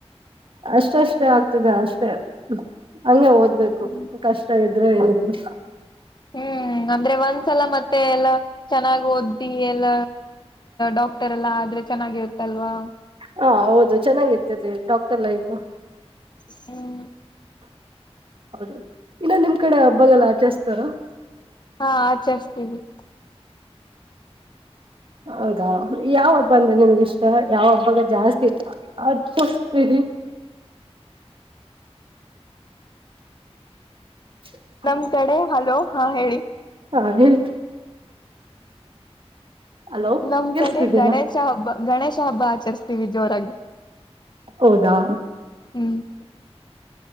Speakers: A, on the right; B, on the left.
A: ಅಷ್ಟಷ್ಟೇ ಆಗ್ತದೆ ಅಷ್ಟೇ ಹಂಗೆ ಓದ್ಬೇಕು
B: ಹ್ಮ್
A: ಕಷ್ಟ ಇದೆ ಅ್ರ ಏನಾದ್ರು
B: ಹ್ಮ್ ಅಂದ್ರೆ ಒಂದ್ಸಲ ಮತ್ತೆ ಎಲ್ಲ ಚೆನ್ನಾಗ್ ಓದಿ ಎಲ್ಲ ಡಾಕ್ಟರ್ ಎಲ್ಲ ಆದ್ರೆ ಚೆನ್ನಾಗಿರುತ್ತಲ್ವಾ
A: ಹ ಹೌದು ಚೆನ್ನಾಗಿರ್ತರಿ ಡಾಕ್ಟರ್ ಲೈಫ್
B: ಹ್ಮ್ <inaudible>
A: ಹೌದು ಇನ್ನೊ ನಿಮ್ ಕಡೆ ಹಬ್ಬಗೆಲ್ಲ ಆಚರಿಸ್ತಾರ
B: ಹಾ ಆಚರಿಸಸ್ತೀವಿ
A: ಹೌದಾ ಯಾವಬ್ಬಂದ ನಿಮಗಿಷ್ಟ ಯಾವ ಹಬ್ಬಾಗ ಜಾಸ್ತಿ ಇ ಅಸ್ತೀರಿ <inaudible> ಹ <inaudible>
B: ನಮ್ ಕಡೆ ಹಲೋ ಹಾ ಹೇಳಿ
A: ಹಾ ಹೇಳ ಹಲೋ
B: ನಮ್
A: ಕೇಳಿಸ್ತಿದ್ದೇನಾ
B: ಕಡೆ ಗಣೇಶ ಹಬ್ಬ ಗಣೇಶ ಹಬ್ಬ ಆಚರಿಸಸ್ತೀವಿ ಜೋರಾಗಿ
A: ಹೌದಾ
B: ಹ್ಮ್